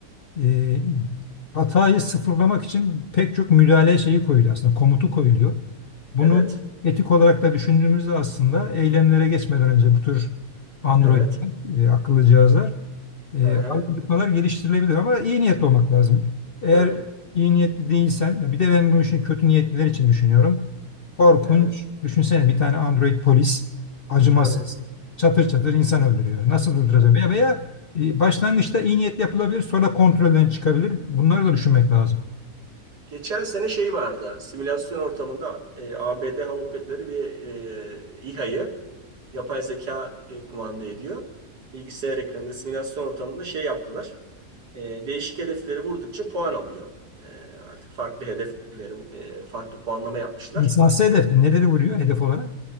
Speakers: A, on the left; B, on the right.
A: e, hatayı sıfırlamak için pek çok müdahale şeyi koyuluyor aslında komutu koyuluyor. Bunu
B: evet,
A: etik olarak da düşündüğümüzde aslında eylemlere geçmeden önce bu tür Android
B: evet.
A: e, akıllı cihazlar e,
B: Aha,
A: algoritmalar geliştirilebilir ama iyi niyetli olmak lazım. Eğer
B: tabii,
A: iyi niyetli değilsen bir de ben bu işin kötü niyetliler için düşünüyorum. Korkunç.
B: evet,
A: Düşünsene bir tane Android polis acımasız
B: tabii.
A: çatır çatır insan öldürüyor. Nasıl durduracak?
B: Öyle.
A: Veya, veya e, başlangıçta iyi niyetli yapılabilir sonra kontrolden çıkabilir. Bunları da düşünmek lazım.
B: Evet, Geçen sene şey vardı. Simülasyon ortamında e, ABD Hava Kuvvetleri bir e, İHA'yı yapay zeka e, kumanda ediyor. Bilgisayar ekranında simülasyon ortamında şey yaptılar. E, değişik hedefleri vurdukça puan alıyor. E, artık farklı hedefleri e, farklı puanlama yapmışlar.
A: İnsansı hedefli neleri vuruyor hedef olarak?